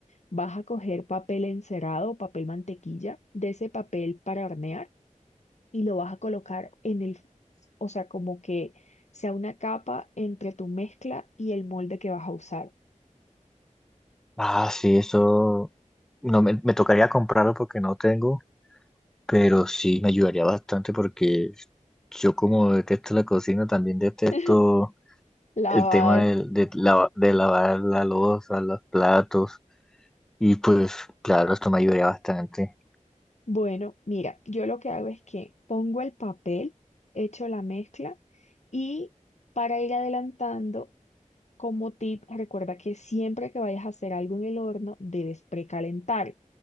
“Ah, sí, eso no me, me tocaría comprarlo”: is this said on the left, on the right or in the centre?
Centre